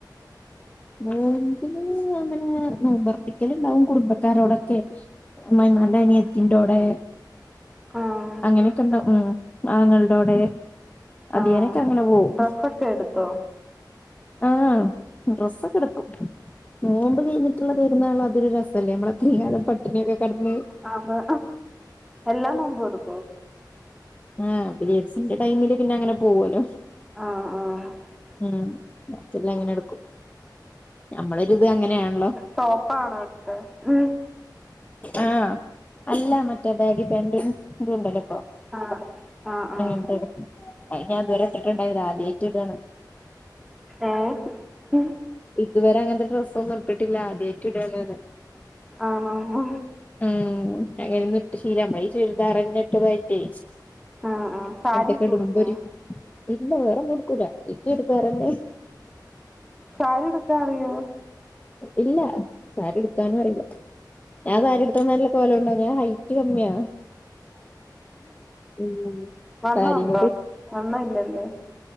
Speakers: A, on the left; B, in the centre.
A: ഏഹ് പിന്നെ അങ്ങനെ നോമ്പർപ്പിക്കൽ ഉണ്ടാവും കുടുംബക്കാരോടൊക്കെ ഉമ്മമാന്റെ അനിയത്തിന്റോടെ
B: ആഹ്
A: അങ്ങനെയൊക്കെ ഉണ്ടാവും ഉം ആങ്ങളൻ്റോടെ അതിന്നേ
B: ആഹ്
A: ക്കഅങ്ങനെ പോവും
B: ഡ്രസ്സൊക്കെ എടുത്തോ
A: ആഹ് ഡ്രസ്സൊക്കെ എടുക്കും നോമ്പ് കഴിഞ്ഞിട്ടുള്ള പെരുന്നാള് അതൊരു രസല്ലേ നമ്മൾ അത്രയും കാലം പട്ടിണിയൊക്കെ കിടന്ന്
B: അതാ എല്ല നോമ്പും എടുക്കുവോ
A: ആ പിരിഡ്സിന്റെ ടൈമില് പിന്നെ അങ്ങനെ പോവോലോ
B: ആഹ് ആഹ്
A: ഉം മറ്റേല്ലാം അങ്ങനെ എടുക്കും നമ്മളൊരിത് അങ്ങനെയാണ്
B: ടോപ്പാണോ എടുത്തെ ഉം
A: ആ അല്ല മറ്റേ ബാഗി പാൻറും ഇതുണ്ടല്ലോ ഇപ്പൊ
B: ആഹ് ആഹ്
A: ആ
B: ആഹ്
A: അത് ഞാൻ ഇതുവരെ ഇട്ടിട്ടുണ്ടായില്ല ആദ്യായിട്ട് ഇടാണ്‌
B: ഏഹ് ഉം
A: ഇതുവരെ അങ്ങനത്തെ ഡ്രസ്സൊന്നും ഇട്ടിട്ടില്ല ആദ്യായിട്ട് ഇടുവാണ്ന്ന്
B: ആണോ ഉം
A: ഉം അങ്ങനെയൊന്നും ഇട്ടു ശീലം നമ്മളീ ചുരിദാറന്നെ ഇട്ടു പോയിട്ടേ
B: ആഹ് ആഹ് സാരിയൊക്കെ
A: ത്തൊക്കെ ഇടുമ്പൊരു
B: ഉടുക്കോ
A: ഇല്ല വേറൊന്നു ഉടുക്കൂല്ല ഈ ചുരിദാറന്നെ
B: സാരി ഉടുക്കാൻ അറിയോ
A: ഇല്ല സാരി ഉടുക്കാനും അറിയില്ല ഞാൻ
B: ഉം
A: സാരി ഉടുത്ത നല്ല കോലം ഉണ്ടോ ഞാൻ ഹൈറ്റ് കമ്മിയ ഉം
B: വണ്ണോണ്ടോ
A: സാരിയും
B: വണ്ണവില്ലല്ലേ